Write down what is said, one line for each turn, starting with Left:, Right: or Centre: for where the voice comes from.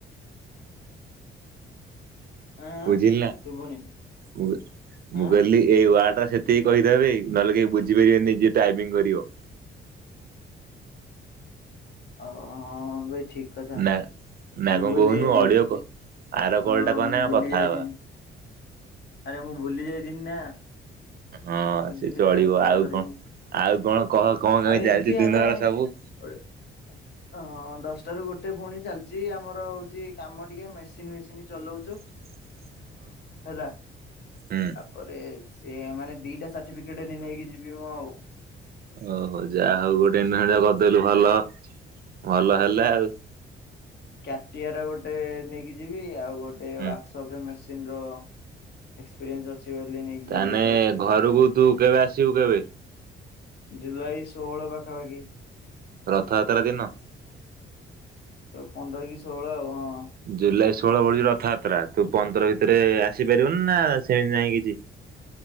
Left: ଆଁ
Right: ବୁଝିଲୁ ନା
Left: ଶୁଭୁନି
Right: ମୁ ମୁ
Left: ଆଁ
Right: କହିଲି ଏଇ ୱାର୍ଡ ଟା ସେତିକି କହିଦେବେକି ନହେଲେ କେହି ବୁଝିପାରିବେନି ଯିଏ ଟାଇପିଂ କରିବ।
Left: ଓ ହଁ ହଁ ବେ ଠିକ୍ କଥା।
Right: ନା ନା
Left: ମୁଁ
Right: କଣ
Left: ଭୁଲି
Right: କହୁନୁ
Left: ଯାଇଥିନି।
Right: ଅଡିଓ ଆର
Left: ହଁ
Right: କଲ୍ ଟା କନେ
Left: ମୁଁ ଭୁଲି
Right: କଥା
Left: ଯାଇଥିନି
Right: ହେବା।
Left: ଆରେ ମୁଁ ଭୁଲି ଯାଇଥିନି ନା।
Right: ହଁ ସେ
Left: ଦିନି
Right: ଚଳିବ
Left: ହେଲା କଲ
Right: ଆଉ
Left: କରିନି।
Right: କଣ ଆଉ କଣ କହ କଣ କେମିତି
Left: ଆଉ ଏମିତି
Right: ଚାଲିଛି
Left: ଆମେ
Right: ଦିନ ଘର ସବୁ।
Left: <unintelligible> ହଁ ଦଶଟା ରୁ ଗୋଟେ ପୁଣି ଚାଲିଛି ଆମର ହଉଛି କାମ ଟିକେ ମେସିନ ମେସିନ ଚଲଉଛୁ।
Right: <inaudible>
Left: ହେଲା।
Right: ହୁଁ।
Left: ପରେ ସେ ମାନେ ଦିଟା ସାର୍ଟିଫିକେଟ ନେଇକି ଯିବି ମୁଁ ଆଉ।
Right: ଓହୋ ଯାହା ହଉ ଗୋଟେ ନାଆ ଟେ କରିଦେଲୁ ଭଲ ଭଲ ହେଲେ ଆଉ।
Left: କ୍ୟାଟିଆ ର ଗୋଟେ ନେଇକି ଯିବି ଆଉ ଗୋଟେ
Right: ହୁଁ
Left: ୱାଶ ତାପରେ ମେସିନ୍ ର ଏକ୍ସପ୍ରିଏନସ୍ ଅଛି ଛି ବୋଲି ନେଇକି।
Right: ତାନେ
Left: ଯିବି ଏଟା ଗୋଟେ ସାର୍ଟିଫିକେଟ।
Right: ଘରକୁ ତୁ କେବେ ଆସିବୁ କେବେ
Left: ଜୁଲାଇ ଷୋହଳ ପାଖାପାଖି।
Right: ରଥଯାତ୍ରା ଦିନ।
Left: ପନ୍ଦର କି ଷୋହଳ ଆଉ ହଁ।
Right: ଜୁଲାଇ ଷୋହଳ ପଡୁଛି ରଥଯାତ୍ରା ତୁ ପନ୍ଦର ଭିତରେ ଆସିପାରିବୁନା ସେମିତି ନାହିଁ କିଛି।